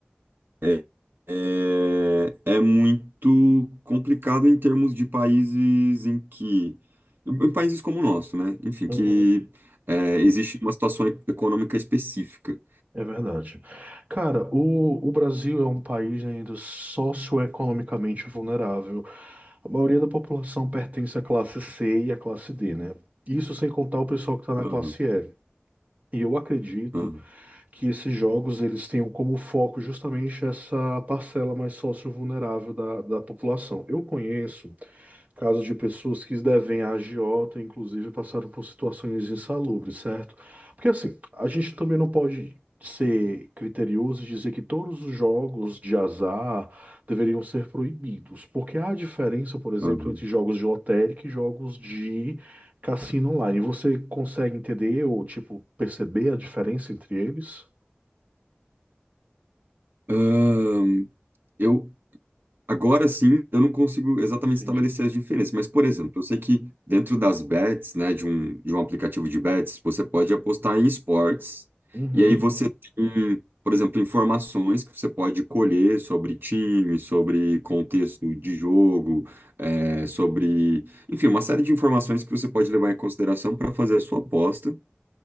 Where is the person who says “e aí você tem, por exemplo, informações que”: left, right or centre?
Right